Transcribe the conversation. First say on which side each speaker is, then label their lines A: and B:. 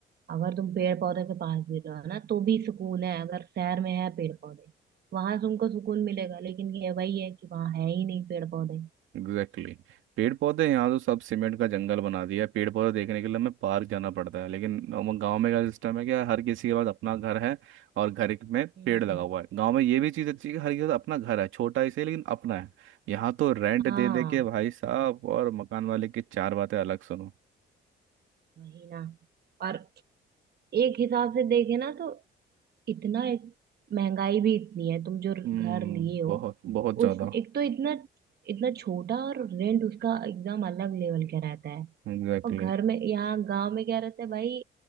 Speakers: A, on the right; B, on the right.
A: अगर तुम पेड़ पौधे के पास भी रहो ना तो भी सुकून है अगर शहर में है पेड़ पौधे वहां तुमको सुकून मिलेगा लेकिन ये वही है कि वहां है ही नहीं पेड़ पौधे
B: Exactly exactly. पेड़ पौधे यहाँ तो सब सीमेंट का जंगल बना दिया है पेड़ पौधे देखने के लिए हमें पार्क जाना पड़ता है लेकिन गांव में क्या सिस्टम है कि हर किसी के पास अपना घर है और घर में
A: हम्म
B: पेड़ लगा हुआ है गांव में ये भी चीज़ अच्छी है कि हर किसी के पास अपना घर है छोटा ही सही लेकिन अपना है यहाँ तो रेंट
A: हाँ
B: दे दे के भाई साहब और मकान वाले की चार बातें अलग सुनो
A: वही ना और एक हिसाब से देखे ना तो इतना एक महंगाई भी इतनी है तुम जो घर
B: हम्म
A: लिए हो
B: बहुत बहुत ज़्यादा
A: उस एक तो इतना इतना छोटा और रेंट उसका एकदम अलग लेवल का रहता है
B: Exactly
A: और घर
B: exactly.
A: में यहाँ गांव में क्या रहता है भाई